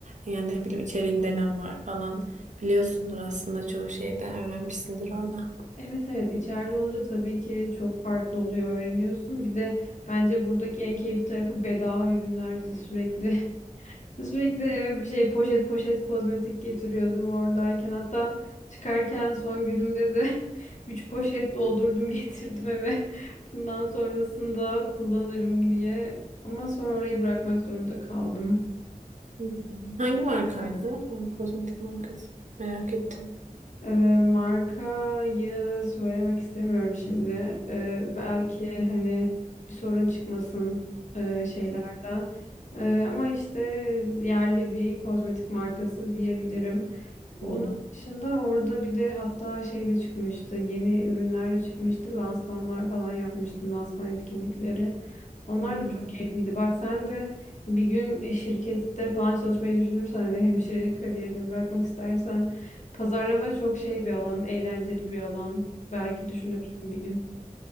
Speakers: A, on the right; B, on the left.
A: yani ne bileyim içeriğinde ne var falan biliyorsundur aslında çoğu şeyi de öğrenmişsindir orada.
B: Evet evet içeride olunca tabii ki çok farklı oluyor öğreniyorsun. Bir de Bence buradaki en keyifli tarafı bedava ürünlerdi. Sürekli <laughs> Sürekli eve bir şey poşet poşet kozmetik getiriyordum oradayken. Hatta çıkarken son günümde de <laughs> 3 poşet doldurdum getirdim eve. <laughs> Bundan sonrasında kullanırım diye. Ama sonra orayı bırakmak zorunda kaldım.
A: Hmm. Hangi markaydı? Hangi kozmetik markası? Merak ettim.
B: Ee, markayı söylemek istemiyorum şimdi. Ee, belki hani bir sorun çıkmasın e, şeylerden. Ee, ama işte yerli bir kozmetik markası diyebilirim. Onun
A: Hmm.
B: dışında orada bir de hatta şey de çıkmıştı. Yeni ürünler de çıkmıştı. Lansmanlar falan yapmıştım. Lansman etkinlikleri. Onlar
A: Hmm.
B: da çok keyifliydi. Bak sen de bir gün şirkette falan çalışmayı düşünürsen hani hemşirelik kariyerini bırakmak istersen Pazarlama çok şey bir alan, eğlenceli bir alan. Belki düşünürsün bir gün.